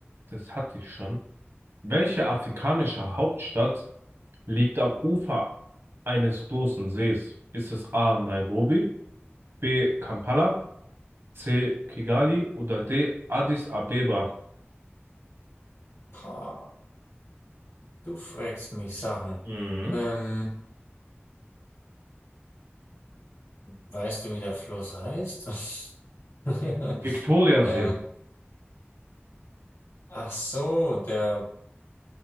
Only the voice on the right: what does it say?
das hatte ich schon. Welche afrikanische Hauptstadt liegt am Ufer eines großen Sees? Ist es A. Nairobi, B. Kampala, C. Kigali oder D. Addis Abeba?
Mhm.
Viktoriasee.